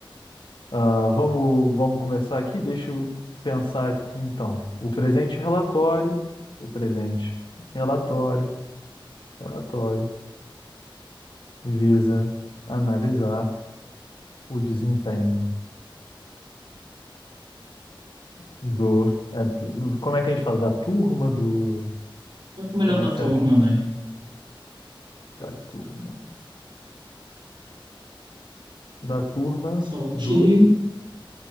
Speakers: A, on the left; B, on the right.
A: Ah, vamos, vamos começar aqui? Deixa eu pensar aqui então. O presente relatório, o presente relatório, relatório, visa analisar o desempenho. Do. é, do- como é que a gente fala? Da turma do.
B: Só que é o melhor
A: Como é
B: da
A: que
B: turma,
A: você acha?
B: né?
A: Da turma. Da turma
B: Só que
A: do.